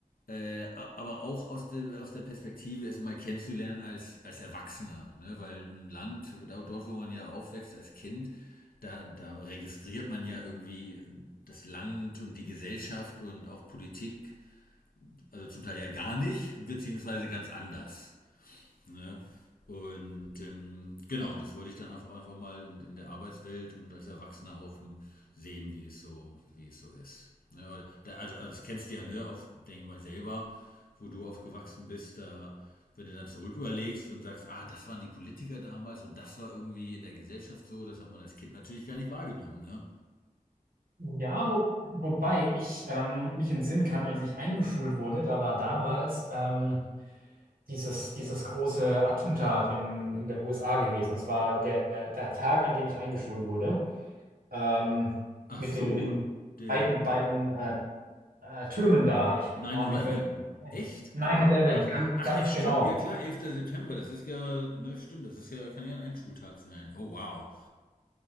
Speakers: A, on the left (about 80°); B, on the right (about 75°).
A: äh, aber auch aus der, aus der Perspektive, es mal kennenzulernen als, als Erwachsener, ne? weil ein Land, da- dort wo man ja aufwächst als Kind, da, da registriert man ja irgendwie das Land und die Gesellschaft und auch Politik, also zum Teil ja gar nicht, beziehungsweise ganz anders. Ne? Und ähm, genau, das wollte ich dann einfach, einfach mal in, in der Arbeitswelt und als Erwachsener auch sehen, wie es so, wie es so ist. Ne? also, also das kennst du ja, ne, auch, denke ich mal, selber, wo du aufgewachsen bist, da, wenn du dann zurück überlegst und sagst, ah, das waren die Politiker damals und das war irgendwie in der Gesellschaft so, das hat man als Kind natürlich gar nicht wahrgenommen, ne?
B: Ja, wo, wobei ich ähm, mich entsinnen kann, als ich eingeschult wurde, da war damals ähm, dieses, dieses große Attentat in, in der USA gewesen. Das war der, der Tag, an dem ich eingeschult wurde. ähm,
A: Ach
B: mit
A: so,
B: den, mit den
A: der,
B: beiden, beiden äh, äh, Türmen da. Ich,
A: 9-11.
B: boah, mir fällt
A: Echt?
B: 9-11,
A: Wow. Ach,
B: ganz,
A: ach
B: ganz
A: ja, stimmt,
B: genau.
A: ja klar, Elfter September, das ist ja, ne, stimmt, das ist ja, kann ja ein Einschultag sein. Oh, wow.